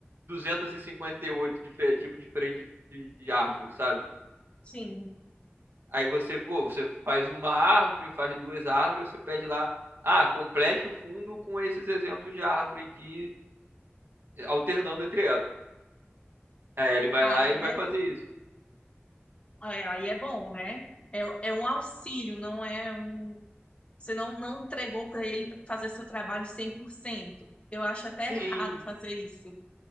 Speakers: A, on the right (about 65°); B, on the left (about 30°).
A: 258 dife- tipo diferente de, de árvore, sabe?
B: Sim,
A: Aí você, pô, você faz uma árvore, faz duas árvores, você pede lá, ah, complete o fundo com esses exemplos de árvore aqui, alternando entre elas. Aí ele vai
B: aí
A: lá e ele vai
B: é,
A: fazer isso.
B: é- aí é bom, né? É, é um auxílio, não é um. Você não, não entregou para ele para fazer seu trabalho cem por cento Eu acho até
A: Sim,
B: errado fazer isso.